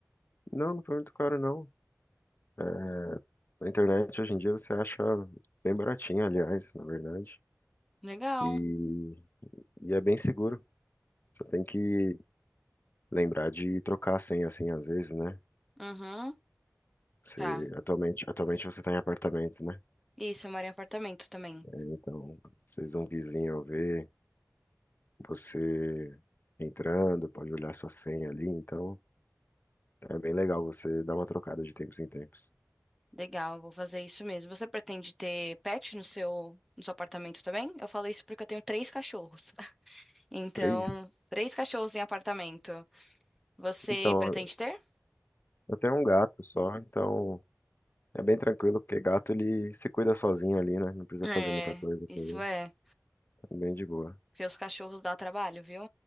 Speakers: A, on the left; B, in the centre.
A: Não, não foi muito caro, não. É, na internet, hoje em dia, você acha bem baratinho, aliás, na verdade.
B: Legal.
A: E, e é bem seguro. Você tem que lembrar de trocar a senha, assim, às vezes, né?
B: Uhum.
A: Você,
B: Tá.
A: atualmente, atualmente você está em apartamento, né?
B: Isso, eu moro em apartamento também.
A: É, Então, às um vizinho ver você entrando, pode olhar sua senha ali. Então, é bem legal você dar uma trocada de tempos em tempos.
B: Legal, eu vou fazer isso mesmo. Você pretende ter pet no seu, no seu apartamento também? Eu falo isso porque eu tenho três cachorros. <laughs> Então,
A: três
B: três cachorros em apartamento. Você
A: Então,
B: pretende ter?
A: eu tenho um gato só, então é bem tranquilo, porque gato ele se cuida sozinho ali, né? Não precisa
B: É,
A: fazer muita coisa
B: isso
A: com ele.
B: é.
A: É Bem de boa.
B: Porque os cachorros dá trabalho, viu?